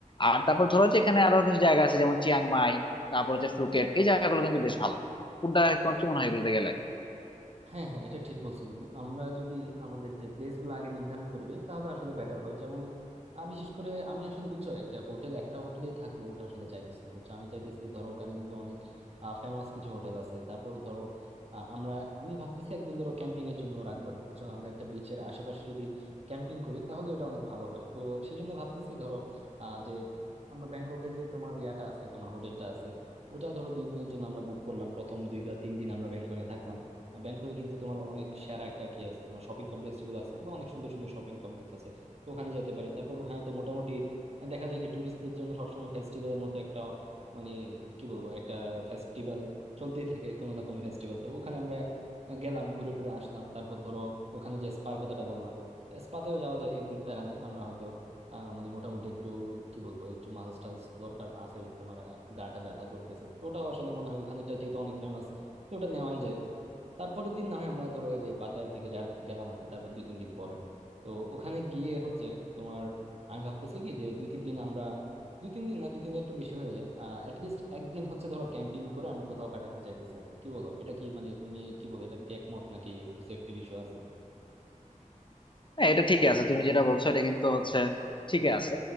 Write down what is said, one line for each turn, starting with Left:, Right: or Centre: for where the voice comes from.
Left: আর তারপর ধরো যে এখানে আরো কিছু জায়গা আছে যেমন চিয়াং মাই তারপর হচ্ছে ফুকেট এই জায়গাগুলো কিন্তু বেশ ভালো কোনটা তোমার কি মনে হয় এগুলোতে গেলে
Right: হ্যাঁ হ্যাঁ এটা ঠিক বলছো বন্ধু আমরা যদি আমাদের যে প্লেস গুলো আগে নির্ধারণ করবে তাহলে আসলে বেটার হয় যেমন আহ, বিশেষ করে আমি আসলে বুঝছো একটা হোটেল একটা হোটেলেই থাকবো ওটা আসলে চাইতেছি না, বুঝছো আমি চাইতেছি ধরো ওখানে কিন্তু অনেক ফেমাস কিছু হোটেল আছে তারপর ধরো আহ, আমরা আমি ভাবতেছি একদিন ধরো ক্যাম্পিং এর জন্য রাখবো আর কি বুঝছো আমরা একটা বিচের আশেপাশে যদি ক্যাম্পিং করি তাহলে এটা অনেক ভালো হয় তো সেই জন্য ভাবতেছি ধরো আহ যে আমরা ব্যাংককে যে তোমার ইয়াটা আছে তোমার হোটেলটা আছে ওটা ধরো দুই দিনের জন্য আমরা বুক করলাম প্রথম দুই বা তিন দিন আমরা ব্যাংককে থাকলাম আর ব্যাংককে কিন্তু তোমার অনেক সেরা একটা কি আছে তোমার শপিং কমপ্লেক্স যেগুলো আছে ওগুলো অনেক সুন্দর সুন্দর শপিং কমপ্লেক্স আছে তো ওখানে যেতে পারি তারপর ওখানে তো মোটামুটি দেখা যায় কি ট্যুরিস্টদের জন্য সবসময় ফেস্টিভ্যালের মতো একটা মানে কি বলবো একটা ফেস্টিভ্যাল চলতেই থাকে কোনো না কোনো ফেস্টিভ্যাল তো ওখানে আমরা গেলাম ঘুরে টুরে আসলাম তারপর ধরো ওখানে যে স্পার কথাটা বললাম স্পাতেও যাওয়া যায় একদিন প্যারা নেই আমরা হয়তো আহ, মানে মোটামুটি একটু কি বলবো একটু মাসাজ টাসাজ দরকার আছেই তোমার আহ, গাটা ব্যথা করতেছে তো ওটাও আসলে মনে হয় ওখানেটা যেহেতু অনেক ফেমাস তো ওটা নেওয়াই যায় তারপরের দিন না হয় আমরা ধরো ওই যে পাতায়ের দিকে যালা- গেলাম আর কি তারপর দুই তিন দিন পরে তো ওখানে গিয়ে হচ্ছে তোমার আমি ভাবতেছি কি যে দুই তিন দিন আমরা দুই তিন দিন না দুই তিন দিন একটু বেশি হয়ে যায় আহ অ্যাটলিস্ট একদিন হচ্ছে ধরো ক্যাম্পিং করে আমি কোথাও কাটাতে চাইতেছি আর কি কি বলো এটা কি মানে তুমি কি বলো এটা কি একমত নাকি একটু সেফটির ইস্যু আছে
Left: হ্যাঁ এটা ঠিকই আছে তুমি যেটা বলছো এটা কিন্তু হচ্ছে ঠিকই আছে